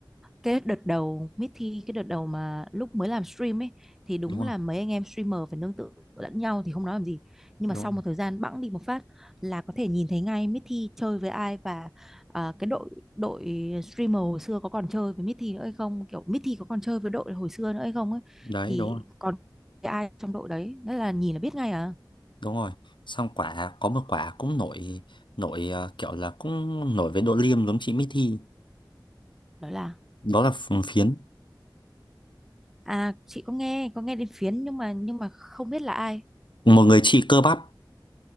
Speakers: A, in the centre; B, on the left.
A: cái đợt đầu mới thi cái đợt đầu mà lúc mới làm stream ấy thì đúng
B: đúng rồi
A: là mấy anh em streamer phải nương tựa lẫn nhau thì không nói làm gì nhưng
B: đúng
A: mà sau
B: rồi.
A: một thời gian bẵng đi một phát là có thể nhìn thấy ngay Mithi chơi với ai và à, cái đội đội streamer hồi xưa có còn chơi với Mithi nữa hay không kiểu Mithi có còn chơi với đội hồi xưa nữa hay không ấy
B: đấy
A: thì
B: đúng rồi
A: còn cái ai trong đội đấy đó là nhìn là biết ngay à
B: đúng rồi xong quả có một quả cũng nổi nổi ờ, kiểu là cũng nổi với độ liêm giống chị Mithy
A: đó là
B: đó là ph- phiến
A: à chị có nghe có nghe đến phiến nhưng mà nhưng mà không biết là ai
B: một người chị cơ bắp